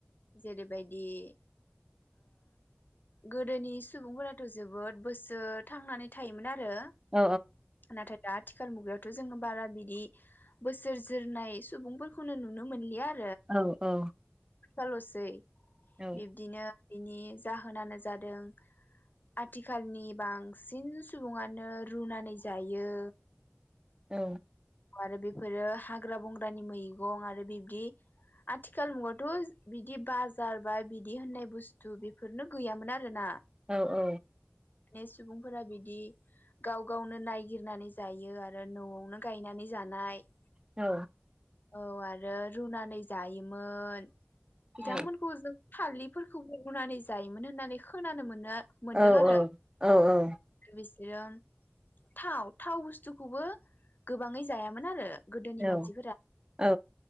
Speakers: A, on the left (about 45°); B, on the right (about 20°).
A: जेरैबायदि <inaudible> गोदोनि सुबुंफोराथ' जोबोद बोसोर थांनानै थायोमोन आ रो
B: औ
A: नाथाय दा आथिखाल मुगायावथ' जोङो बारा बिदि बोसोर जोरनाय सुबुंफोरखौनो नुनो मोनलिया आ
B: औ औ।
A: फाल'सै।
B: औ
A: बिब्दिनो बिनि जाहोनानो जादों आथिखालनि बांसिन सुबुङानो रुनानै जायो।
B: औ।
A: आरो बेफोरो हाग्रा बंग्रानि मैगं आरो बिबदि आथिखाल मुगावथ बिदि बाजार बा बिदि होननाय बुस्थु बेफोरनो गैयामोन आरो ना।
B: औ औ।
A: ने सुबुंफोरा बिदि गाव गावनो नायगिरनानै जायो आरो न'आवनो गायनानै जानाय
B: औ।
A: औ आरो रुनानै जायोमोन। बिथांमोनखौ
B: औ
A: जों थालिफोरखौबो रुनानै जायोमोन होननानै खोनानो मोनो मोनदों
B: औ
A: आरो
B: औ औ औ।
A: बिसोरो थाव थाव बुस्थुखौबो गोबाङै जायामोन आरो। गोदोनि
B: औ
A: मानसिफोरा
B: औ